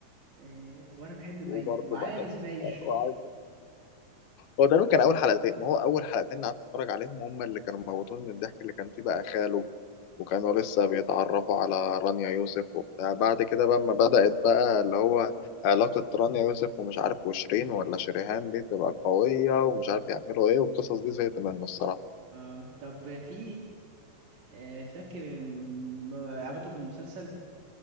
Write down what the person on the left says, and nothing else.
وبرضه
بحب
آه،
وعايز هو تقريبا كان اول حلقتين هو اول حلقتين قعدت اتفرج عليهم هم اللي كانوا موتوني من الضحك اللي كان فيه بقى خاله وكانوا لسه بيتعرفوا على رانيا يوسف وبتاع بعد كده بقى ما بدأت بقى اللي هو علاقة رانيا يوسف ومش عارف وشيرين ولا شريهان دي تبقى قوية ومش عارف يعملوا ايه والقصص دي زهقت منه الصراحة